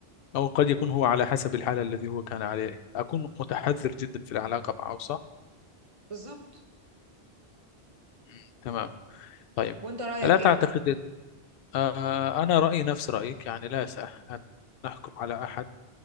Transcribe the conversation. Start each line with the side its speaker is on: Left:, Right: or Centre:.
Left: أو قد يكون هو على حسب الحالة الذي هو كان عليه أكون متحذر جدا في العلاقة معه صح؟
Right: بالظبط
Left: مم، تمام طيب
Right: وأنت رأيك
Left: ألا تعتقد
Right: إيه؟
Left: آه أنا رأيي نفس رأيك يعني لا يسع أن نحكم على أحد